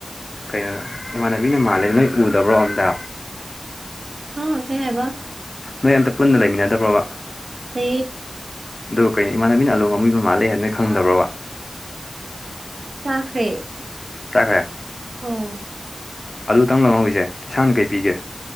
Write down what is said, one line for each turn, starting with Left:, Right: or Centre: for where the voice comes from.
Left: ꯀꯩꯅꯣꯗ ꯏꯃꯥꯟꯅꯕꯤꯅ ꯃꯥꯜꯂꯦ ꯅꯣꯏ ꯎꯗꯕ꯭ꯔꯣ ꯑꯝꯇ
Right: ꯍ ꯀꯌꯥ ꯍꯕ
Left: ꯅꯣꯏ ꯑꯝꯇ ꯄꯨꯟꯅ ꯂꯩꯃꯤꯟꯅꯗꯕ꯭ꯔꯣꯕ
Right: ꯍ
Left: ꯑꯗꯣ ꯀꯩꯅ ꯏꯥꯟꯅꯕꯤꯅ ꯑꯂ ꯉꯉꯝꯕꯤ ꯃ ꯃꯥꯜꯂꯦ ꯍꯥꯏꯅ ꯈꯪꯗꯕ꯭ꯔꯕ
Right: ꯆꯥꯈꯦ
Left: ꯆꯈꯦ
Right: ꯑꯣ
Left: ꯑꯗꯨꯇꯪ ꯂꯧꯪꯍꯧꯔꯤꯁꯦ ꯏꯁꯥꯡꯅ ꯀꯩ ꯄꯤꯒꯦ